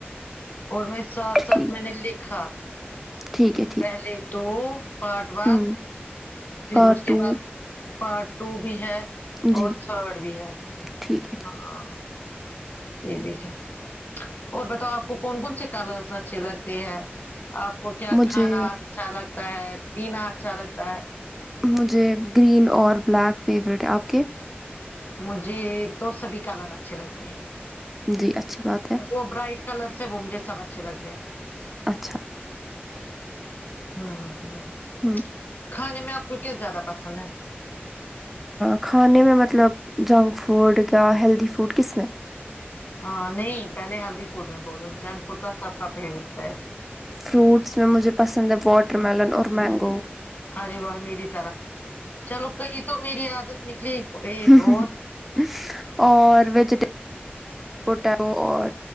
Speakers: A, on the left (about 50°); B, in the centre.
A: اور میں ساتھ
B: ٹھیک
A: ساتھ میں نے لکھا
B: ٹھیک ہے ٹھیک
A: پہلے دو پارٹ
B: ہے
A: ون
B: ہوں
A: پھر
B: پارٹ
A: اس کے
B: ٹو
A: بعد پارٹ ٹو بھی ہے
B: جی
A: اور تھرڈ بھی ہے
B: ٹھیک ہے ٹھیک
A: ہاں یہ بھی ہے اور بتاؤ آپ کو کون کون سے کالرس اچھے لگتے ہیں آپ کو کیا
B: مجھے
A: کھانا اچھا لگتا ہے پینا اچھا لگتا ہے
B: مجھے گرین اور بلیک فیوریٹ ہے آپ کے
A: مجھے تو سبھی کلر اچھے لگتے ہیں
B: جی اچھی بات ہے
A: وہ برائٹ کلرس ہے وہ مجھے سب اچھے لگتے ہیں
B: اچھا
A: ہاں ہاں
B: ہمم
A: کھانے میں آپ کو کیا زیادہ پسند ہے
B: کھانے میں مطلب جنگ فوڈ کیا ہیلدی فوڈ کس میں
A: ہاں نہیں پہلے ہیلدی فوڈ میں بولو جنگ فوڈ تو سب کا فیوریٹ ہے
B: فروٹس میں مجھے پسند ہے واٹر میلن اور مینگو
A: ارے واہ میری طرح چلو کئی تو میری عادت نکلی ایک
B: ہاں
A: اور
B: ہ ہ اور ویجیٹی پوٹیٹو اور